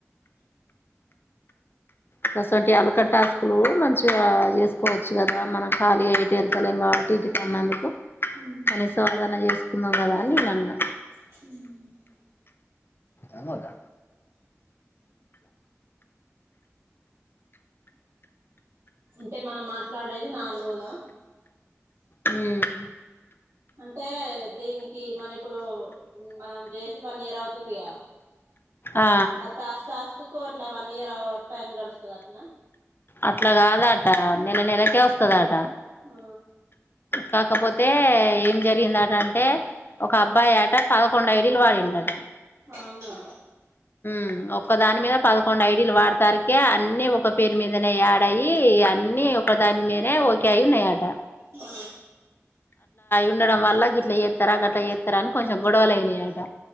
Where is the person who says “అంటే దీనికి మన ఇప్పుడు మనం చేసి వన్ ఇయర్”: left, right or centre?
Right